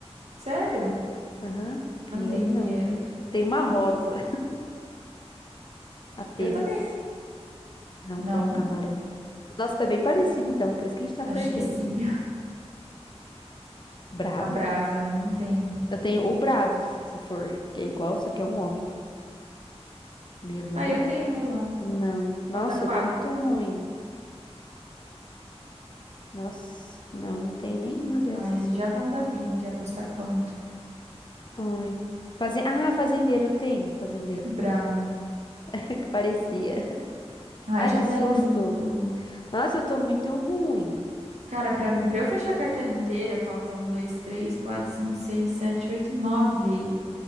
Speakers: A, on the right; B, on the left.
A: Sério?
B: Aham. Pinheiro
A: Não tenho
B: não.
A: pinheiro.
B: Tem uma rosa <laughs> apenas.
A: Eu também.
B: Não
A: Não,
B: tenho camarão. Nossa, tá bem parecido então, por isso que a gente tá
A: acho
B: perdendo.
A: que sim. <laughs>
B: Brava?
A: A Brava, não tem.
B: Eu tenho o bravo, se for, que é igual, só que é um homem. Melão?
A: Ah, eu tenho melão.
B: Não. Nossa,
A: Falta quatro.
B: eu tô muito ruim. Nossa, não, não tenho nenhuma dessas.
A: Aí já vão dar bingo, quer apostar quanto?
B: Ai. Faze... Ah, fazendeiro, eu tenho, fazendeiro.
A: <laughs> Bravo.
B: <laughs> Que parecia.
A: Ah,
B: Ai,
A: já
B: que
A: deram
B: susto.
A: bingo.
B: Nossa, eu tô muito ruim.
A: Cara, pra, pra eu fechar a cartela inteira, falta um, dois, três, quatro, cinco, seis, sete, oito, nove.